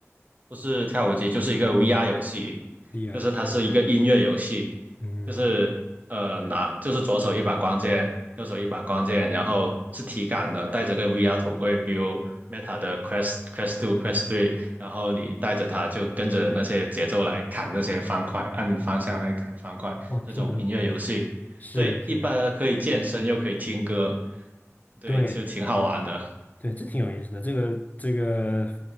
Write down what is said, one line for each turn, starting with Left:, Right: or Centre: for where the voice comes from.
Right: 不是跳舞机，就是一个 VR 游戏，
Left: 厉害，
Right: 就是它是一个音乐游戏，
Left: 嗯嗯，
Right: 就是呃拿就是左手一把光剑，右手一把光剑，然后是体感的，戴着个 VR 头盔，比如 Meta 的
Left: 嗯
Right: Quest Quest Two Quest Three，然后你戴着它就跟着那些节奏来砍那些方块，按方向来砍方块，
Left: 哦，
Right: 这种音乐游戏，
Left: 挺有意思的是是，
Right: 对，一般可以健身又可以听歌，对，
Left: 对
Right: 就挺好玩的。
Left: 对，这挺有意思的。这个这个